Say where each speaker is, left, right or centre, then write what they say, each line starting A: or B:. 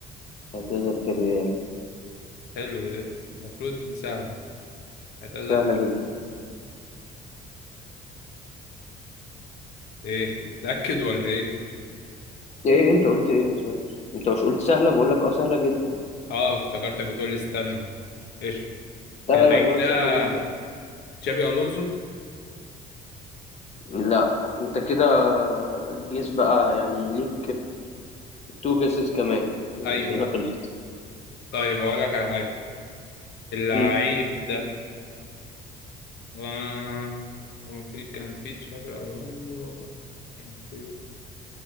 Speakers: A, on the left; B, on the left.
A: اعتزل في الريال
B: حلو ده. المفروض دي سهلة اعتزل
A: سهلة
B: في الريال.
A: جدا
B: ايه بتتأكد ولا ايه
A: ايه انت قلت ايه ما سمعتش انت مش قلت سهلة بقول لك اه سهلة جدا
B: اه افتكرتك بتقول لي استنى قشطة
A: لا
B: اللعيب
A: لا بقول لك
B: ده
A: سهلة جدا
B: تشابي الونزو
A: لا انت كده جيس بقى يعني ليك تو جيسز كمان الأسئلة
B: ايوه ايوه
A: خلصت
B: طيب اقول لك على حاجة اللعيب
A: مم.
B: ده آه هو في كان في تشابي ألونزو كان في